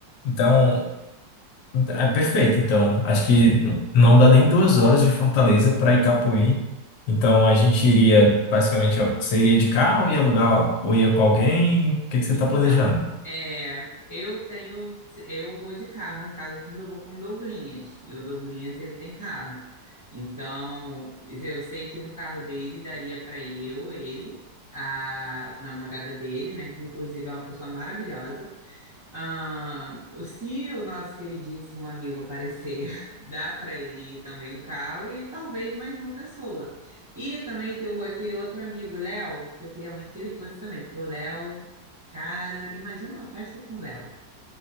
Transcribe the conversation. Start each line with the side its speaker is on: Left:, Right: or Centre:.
Left: Então, é perfeito, então. Acho que não dá nem duas horas de Fortaleza para Icapuí. Então a gente iria, basicamente, ó, você iria de carro, ia alugar ou ia com alguém? O que que você
Right: Então,
Left: está planejando?
Right: é, eu tenho, eu vou de carro, no caso, porque eu vou com o Douglinhas, e o Douglinhas, ele tem carro. Então, eu sei que no carro dele daria para eu, ele, a namorada dele, né, que inclusive é uma pessoa maravilhosa, ah, se o nosso queridíssimo amigo aparecer, <laughs> dá para ele ir também no carro e talvez mais uma pessoa. E também tem o- aquele outro amigo, Léo, que eu queria muito que ele fosse também, porque o Léo, cara, imagina uma festa com o Léo.